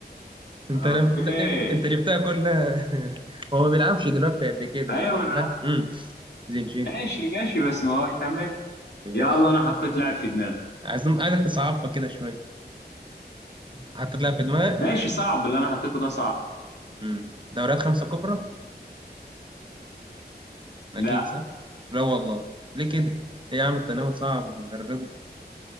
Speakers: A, on the right; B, on the left.
A: انت
B: اوكي
A: لف... انت أنت جبتها كلها <laughs> هو ما بيلعبش دلوقتي قد كده
B: ايوه
A: هو
B: ما انا
A: جه
B: عارف.
A: امم زينشينكو
B: ماشي ماشي بس ما هو تمام
A: ماشي
B: يلا انا حطيت لاعب في دماغي
A: عايز عايزك تصعبها كده شويه حطيت لها في دماغك ماشي
B: ماشي صعب اللي انا حطيته ده صعب
A: امم دوريات خمسه كبرى أكيد
B: لا
A: صح؟ لا والله ليه كده؟ إيه يا عم التناوب صعب بالدرجة دي؟